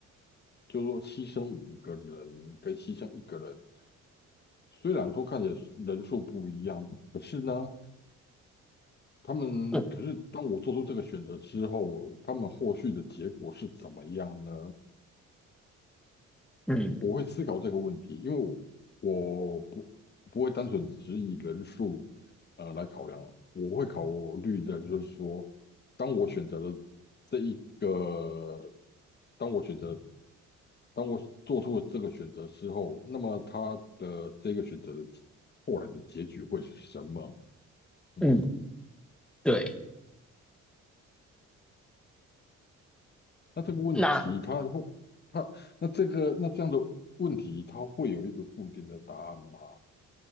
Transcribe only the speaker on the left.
就是说牺牲五个人跟牺牲一个人，虽然说看起来人数不一样，可是呢，他们可是当我做出这个选择之后，
他们后续的结果是怎么样呢？
我会思考这个问题，因为我我不不会单纯只以人数呃来考量，我会考虑的就是说，当我选择了这一个，当我选择，当我做出了这个选择之后，那么他的这个选择的后来的结局会是什么？嗯，
那这个问题它会，
它那这个那这样的问题，它会有一个固定的答案吗？